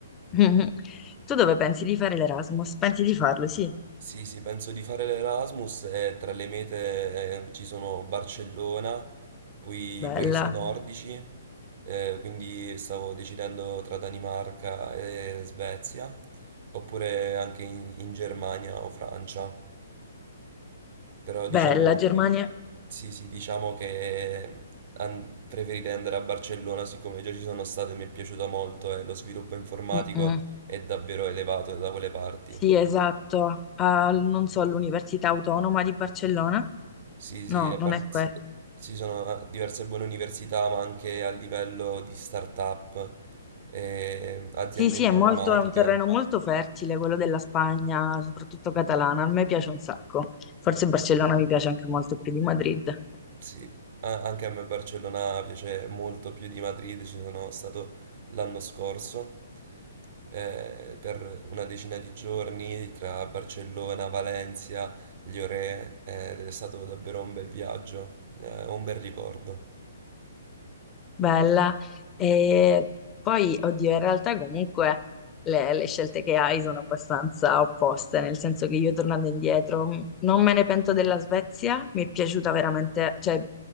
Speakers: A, on the left; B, on the right.
A: <laughs> Tu dove pensi di fare l'Erasmus? Pensi di farlo? Sì,
B: Sì, sì, penso di fare l'Erasmus e tra le mete eh, ci sono Barcellona, poi
A: bella.
B: i paesi nordici, eh, quindi stavo decidendo tra Danimarca e Svezia, oppure anche in in Germania o Francia. Però diciamo,
A: Bella Germania.
B: sì, sì, diciamo che an- preferirei andare a Barcellona siccome già ci sono stato e mi è piaciuta molto e lo sviluppo informatico
A: Mm-mm.
B: è davvero elevato da quelle parti.
A: Sì, esatto. Al- non so, all'Università Autonoma di Barcellona?
B: Sì,
A: No,
B: sì, a
A: non
B: par-
A: è questo.
B: sì, ci sono ah, diverse buone università, ma anche a livello di start-up, eh, aziende
A: Sì, sì,
B: informatiche.
A: è molto, è un terreno molto fertile, quello della Spagna, soprattutto catalana. A me piace un sacco. Forse Barcellona mi piace anche molto più di Madrid.
B: Sì, a- anche a me Barcellona piace molto più di Madrid, ci sono stato l'anno scorso eh, per una decina di giorni tra Barcellona, Valencia, Lloret, eh, ed è stato davvero un bel viaggio, eh, un bel ricordo.
A: Bella. E poi, oddio, in realtà comunque le, le scelte che hai sono abbastanza opposte, nel senso che io tornando indietro mh, non me ne pento della Svezia, mi è piaciuta veramente, cioè